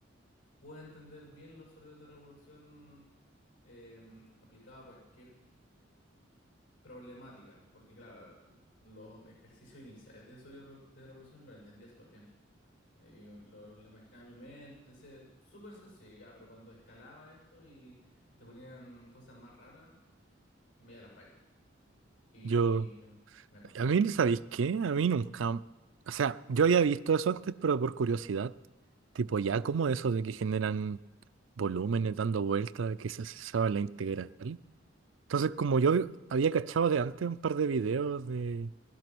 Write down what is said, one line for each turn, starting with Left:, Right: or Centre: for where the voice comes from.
Left: puedo entender bien los sólidos de revolución eh, aplicada a cualquier problemática. Porque claro, los ejercicios iniciales de sólidos de revolución los entendía súper bien. Eh, lo, lo imaginaba en mi mente, decía, súper sencillo, ya, pero cuando escalaba esto y, te ponían cosas más raras, me iba a las pailas. Y
Right: Yo,
Left: me acostaba.
Right: a mí, ¿sabéis qué? A mí nunca, o sea, yo había visto eso antes, pero por curiosidad. Tipo, ya como eso de que generan volúmenes dando vueltas, que se se sabe la integral. Entonces, como yo había cachado de antes un par de videos de,